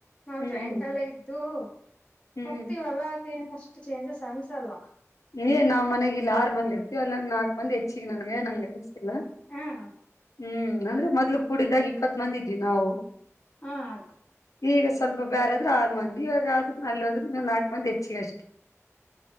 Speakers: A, on the left (about 20°); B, on the left (about 85°).
A: ನಾ
B: ಹ್ಮ್
A: ಜಾಯಿಂಟ್ ಎಲ್ಲ ಇದ್ದು
B: ಹ್ಮ್
A: ಹೋಗ್ತಿವಲ್ಲ ಅದ ಏನ ಅಷ್ಟು ಚೇಂಜಸ್ ಅನ್ಸಲ್ಲ
B: ಏ್ ನಾವ್ ಮನೆಗೆ ಇಲ್ಲಿ ಆರುಂದ ಇರ್ತೀವಿ ಅಲ್ಲೊಂದು ನಾಲ್ಕ್ ಮಂದ್ ಹೆಚ್ಚಿಗೆ ನನ್ಗೆ ನಂಗೆ ಲ್ಲ
A: ಹ್ಮ್
B: ಹ್ಮ್ ಅಂದ್ರೆ ಮೊದ್ಲು ಕೂಡಿದಾಗ ಇಪ್ಪತ್ ಮಂದಿ ಇದ್ವಿ ನಾವು
A: ಹಾ ಆಯ್ತು
B: ಈಗ ಸ್ವಲ್ಪ ಬೇರೆ ಆದ್ರರು ಆರು ಮಂದಿ ಇವಾಗಾದ್ರ ಅಲ್ಲಿ ಹೋದ್ರ ನಾಲ್ಕು ಮಂದಿ ಹೆಚ್ಚಿಗೆ ಅಷ್ಟೆ